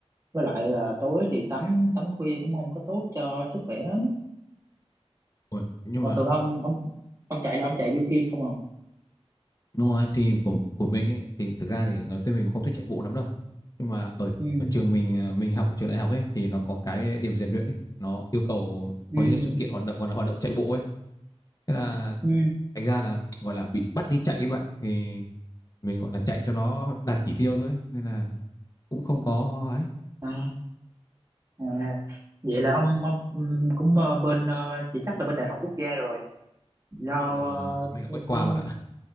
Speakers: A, on the right; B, on the left.
A: với lại là tối thì tắm tắm khuya cũng không có tốt cho sức khỏe lắm
B: ủa, Nhưng
A: còn
B: mà
A: thường ông ông ông chạy là ông chạy kiểu kia không
B: đúng
A: à
B: rồi thì của của mình ấy thì thực ra thì ở trên mình cũng không thích chạy bộ lắm đâu. Nhưng mà ở
A: ừ
B: ở trường mình ờ, mình học ở trường đại học ấy thì nó có cái điểm rèn luyện ấy, nó yêu cầu
A: ừ
B: có những cái sự kiện hoạt động gọi là hoạt động chạy bộ ấy Thế là
A: ừ
B: thành ra là gọi là bị bắt đi chạy ấy bạn thì mình gọi là chạy cho nó đạt chỉ tiêu thôi nên là cũng không có ấy
A: à À, vậy là ông ông ừm, cũng ờ, bên ờ, chỉ chắc là bên Đại học Quốc gia rồi do
B: mình
A: ờ,
B: mình ở
A: tôi
B: Bách Khoa
A: cũng
B: bạn ạ